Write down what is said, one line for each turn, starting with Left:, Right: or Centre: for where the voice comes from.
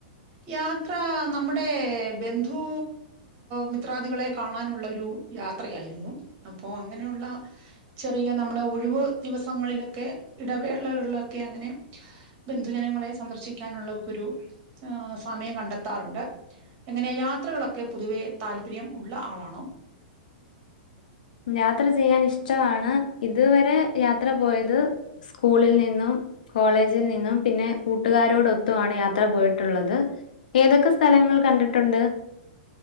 Right: യാ- യാത്ര നമ്മുടെ ബന്ധു മിത്രാദികളെ കാണാനുള്ള ഒരു യാത്രയായി യിരുന്നു അപ്പോ അങ്ങനെയുള്ള ചെറിയ നമ്മളെ ഒഴിവ് ദിവസങ്ങളിലൊക്കെ ഇടവേള ളിലൊക്കെ അങ്ങനെ ബന്ധുജനങ്ങളെ സന്ദർശിക്കാനുള്ളക്കൊരു ഏ സമയം കണ്ടെത്താറുണ്ട് എങ്ങനെ യാത്രകളൊക്കെ പൊതുവേ താല്പര്യം ഉള്ള ആളാണോ
Left: യാത്ര ചെയ്യാൻ ഇഷ്ടമാണ് ഇതുവരെ യാത്ര പോയത് സ്കൂളിൽ നിന്നും കോളേജിൽ നിന്നും പിന്നെ കൂട്ടുകാരോടൊത്തുമാണ് യാത്ര പോയിട്ടുള്ളത് ഏതൊക്കെ സ്ഥലങ്ങൾ കണ്ടിട്ടുണ്ട്